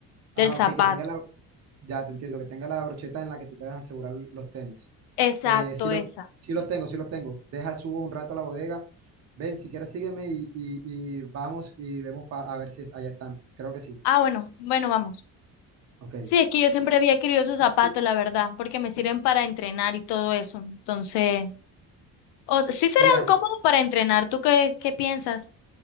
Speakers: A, on the left (about 90°); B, on the right (about 40°).
A: del
B: Ah,
A: zapato.
B: ok, que tenga la, Ya te entiendo, que tenga la brocheta en la que tú puedas asegurar los tenis.
A: Exacto,
B: Eh, sí los,
A: esa.
B: sí los Sí. tengo, sí los tengo. Deja, subo un rato a la bodega. Ven, si quieres sígueme y, y- y vamos y vemos pa- a ver si allá están. Creo que sí.
A: Ah, bueno, bueno, vamos.
B: Ok.
A: Sí, es que yo siempre había querido esos zapatos,
B: Sí,
A: la verdad, porque me sirven para entrenar y todo eso. Entonces, o sí serán
B: Mira, que
A: cómodos para entrenar. ¿Tú qué, qué piensas?